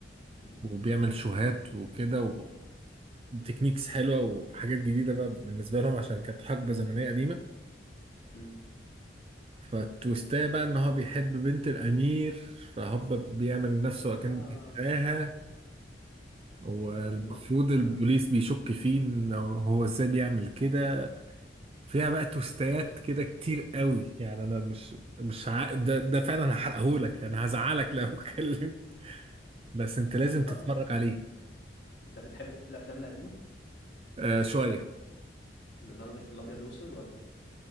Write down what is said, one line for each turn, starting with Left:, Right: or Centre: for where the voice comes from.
Left: م?
Right: وبيعمل شوهات وكده و- وتكنيكس حلوه وحاجات جديده بقى بالنسبه لهم عشان كانت حقبه زمنيه قديمه
Left: م.
Right: فالتويستايه بقى ان هو بيحب بنت الامير فهوبا بيعمل نفسه اكنه
Left: اه
Right: بيحبها والمفروض
Left: يقول لي
Right: البوليس
Left: بقى
Right: بيشك فيه ان هو ازاي بيعمل كده فيها بقى توستات كده كتير قوي يعني انا مش مش ع... ده ده فعلا هحرقهولك انا هزعلك
Left: <laughs>
Right: لو <laughs> اتكلمت بس انت لازم
Left: طب
Right: تتفرج عليه
Left: انت بتحب الافلام القديمه
Right: آه شوية
Left: لدرجه الابيض واسود ولا